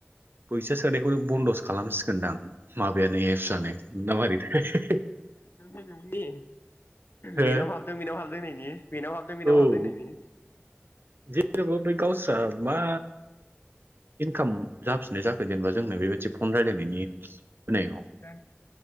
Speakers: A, on the right; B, on the left.
A: फैसा सोनायखौनो बन्द'सो खालामसिगोनदां माबायानो एपसानो मारैथाय।
B: नोंनि नोंनि
A: हो
B: बेनाव हाबदों बेनाव हाबदों होननायनि। बेनाव हाबदों बेनाव
A: औ
B: हाबदों होननायनि।
A: जेनेबा बै गावस्रा मा। इनकाम जाफिननाय जाखो जेनेबा जोंनो बेबायदि फन रायलायनायनि होनायाव।
B: दा